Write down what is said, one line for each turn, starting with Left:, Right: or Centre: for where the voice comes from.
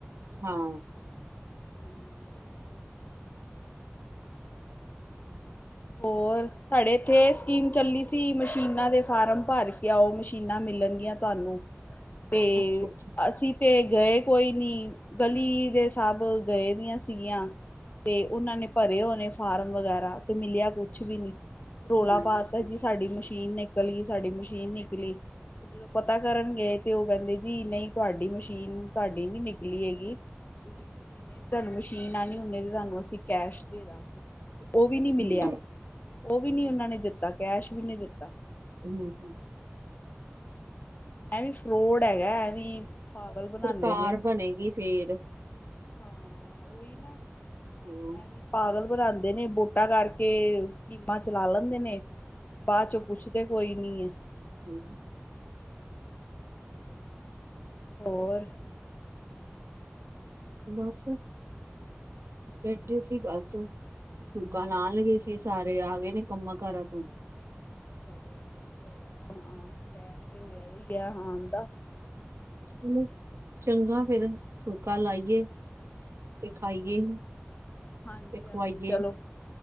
Right: ਹਾਂ।
Left: ਹੂੰ। ਹੋਰ? ਹੋਰ ਸਾਡੇ ਏਥੇ ਸਕੀਮ ਚੱਲੀ ਸੀ, ਮਸ਼ੀਨਾਂ ਦੇ ਫਾਰਮ ਭਰ ਕੇ ਆਉ, ਮਸ਼ੀਨਾਂ ਮਿਲਣਗੀਆਂ ਤੁ ਹਲੋ, ਤੇ
Right: ਅੱਛਾ ਅੱਛਾ
Left: ਅਸੀਂ ਤੇ ਗਏ ਕੋਈ ਨੀ। ਗਲੀ ਦੇ ਸਾਬ ਗਏ ਦੀਆਂ ਸੀਗੀਆਂ। ਤੇ ਉਹਨਾਂ ਨੇ ਭਰੇ ਹੋਣੇ ਫਾਰਮ ਵਗੈਰਾ। ਤੇ ਮਿਲਿਆ ਕੁਛ ਵੀ ਨੀ, ਰੌਲਾ
Right: ਹਮ
Left: ਪਾਤਾ ਜੀ ਸਾਡੀ ਮਸ਼ੀਨ ਨਿਕਲ ਗਈ, ਸਾਡੀ ਮਸ਼ੀਨ ਨਿਕ ਲਗੀ, ਤੇ ਜਦੋਂ ਪਤਾ ਕਰਨ ਗਏ ਤੇ ਔਹ ਕਹਿੰਦੇ ਜੀ ਨਈ ਤੁਹਾਡੀ ਮਸ਼ੀ ਤੀਨ, ਤੁਹਾਡੀ ਨੀ ਨਿਕਲੀ ਹੈਗੀ। ਜਿੰਨੇ-ਜਿੰਨੇ ਤੁਹਾਨੂੰ ਮਸ਼ੀਨ ਆਉਣੀ ਹੁੰਦੀ ਤੇ ਤੁਹਾਨੂੰ ਅਸੀਂ ਕੈਸ਼ ਦੇ ਦਵਾਂਗੇ ਉਹ ਵੀ ਨੀ ਮਿਲਿਆ।
Right: ਹਮ
Left: ਉਹ ਵੀ ਨੀ ਉਹਨਾਂ ਨੇ ਦਿੱਤਾ ਕੈਸ਼ ਵੀ ਨਹੀਂ ਦਿੱਤਾ।
Right: ਹੂੰ।
Left: ਐ ਵੀ ਫਰੋੜ ਹੈਗਾ ਐ ਵੀ ਪਾਗਲ
Right: ਸਰਕਾਰ
Left: ਬਣਾਉਦੇ ਨੇ।
Right: ਬਣੇਗੀ ਫੇਰ
Left: ਹਾਂ, ਉਹੀ ਨਾ
Right: ਹਮ
Left: ਐਵੇਂ ਪਾਗਲ ਬਣਾਉਂਦੇ ਨੇ ਬਟ ਵਢਾ ਕਰਕੇ ਸਕੀਮਾਂ ਚਲਾ ਲੈਂਦੇ ਨੇ ਬਾਦ ਚ ਪੁੱਛਦੇ ਕੋਈ ਨੀ ਹੈ।
Right: ਹੂੰ।
Left: <inaudible> ਹੋਰ
Right: ਬੱਸ ਬੈਠੇ ਸੀ ਬਸ। ਫੂਲਕਾ ਲਾਨ ਲਗੇ ਸੀ ਸਾਰੇ ਆ ਗਏ ਨੇ ਕੰਮਾਂ- ਕਾਰਾਂ ਤੋਂ।
Left: ਚਲੋ ਵਧੀਆ ਆ ਟਾਈਮ ਤੇ ਹੋਇਆ ਹੀ ਆ ਆਉਣ ਦਾ।
Right: ਚਲੋ ਚੰਗਾ ਫੇਿਰ ਫੁਲਕਾ ਲਾਈਏ ਤੇ ਖਾਈਏ।
Left: ਹਾਂਜੀ-
Right: ਤੇ ਖਵਾਈਏ
Left: ਹਾਂਜੀ, ਚਲੋ।